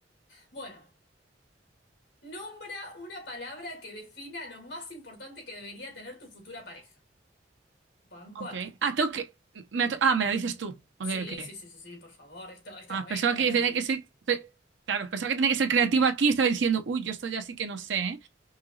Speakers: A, on the left; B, on the right.
A: Bueno, nombra una palabra que defina lo más importante que debería tener tu futura pareja. Van cuatro.
B: Ok. Ah, tengo que. me ha to- ah, me la dices tú. Ok,
A: Sí,
B: ok.
A: sí, sí, sí, sí, por favor, esto, esto
B: Ah,
A: no es
B: pensaba
A: tan
B: que
A: al...
B: tenía que ser. pe- Claro, pensaba que tenía que ser creativa aquí y estaba diciendo, uy, yo esto ya sí que no sé, ¿eh?